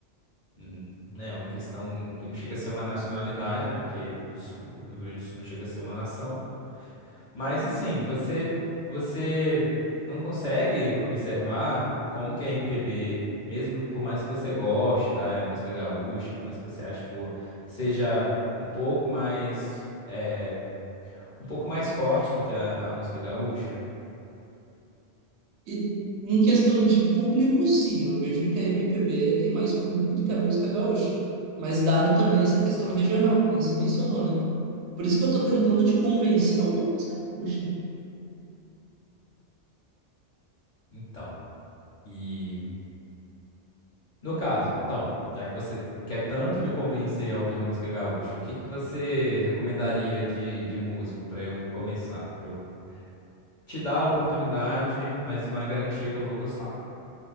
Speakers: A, on the left; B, on the right.
A: hum, Né, uma questão que não chega a ser uma nacionalidade, né? Porque o Su- o Rio Grande do Sul não chega a ser uma nação. Mas assim, você você não consegue observar o como que a MPB, mesmo que por mais que você goste da música gaúcha, por mais que você ache boa, seja um pouco mais é, um pouco mais forte do que a, a música gaúcha?
B: E em questão de público, sim, eu vejo que a MPB tem mais público do que a música gaúcha. Mas dado também essa questão regional, que nem você mencionou, né? Por isso que eu tô tentando te convencer a ouvir música gaúcha.
A: Então, e no caso, então, já que você quer tanto me convencer a ouvir música gaúcha, o que que você recomendaria de, de músico para eu começar, para eu te dar a oportunidade, mas não é garantia que eu vou gostar.